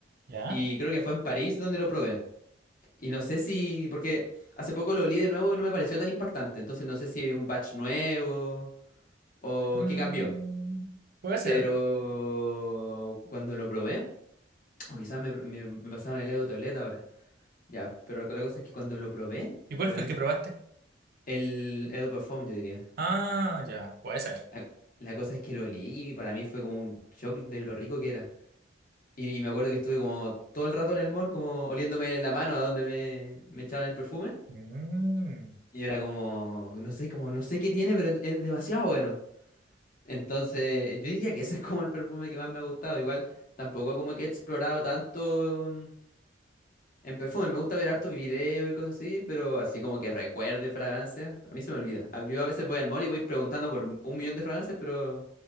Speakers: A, on the right (about 50°); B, on the left (about 45°).
A: ya.
B: Y creo que fue en París donde lo probé. Y no sé si, porque hace poco lo olí de nuevo y no me pareció tan impactante. Entonces no sé si es un batch nuevo o
A: Mm,
B: qué cambió.
A: puede ser.
B: Pero cuando lo probé, o quizás me, me, me pasaban el Edo Toilette ahora. Ya, pero la, la cosa es que cuando lo probé,
A: ¿Y cuál
B: bueno,
A: fue el que probaste?
B: el Edo perfume yo diría.
A: Ah, ya, puede ser.
B: La, la cosa es que lo olí y para mí fue como un shock de lo rico que era. Y, y me acuerdo que estuve como todo el rato en el mall, como oliéndome la mano a donde me, me echaban el perfume.
A: Mm,
B: Y era como, no sé, como no sé qué tiene, pero es, es demasiado bueno. Entonces, yo diría que ese es como el perfume que más me ha gustado. Igual, tampoco como que he explorado tanto mm, en perfume. Me gusta ver hartos videos y cosas así, pero así como que recuerde fragancias, a mí se me olvida. A- Yo a veces voy al mall y voy preguntando por un millón de fragancias, pero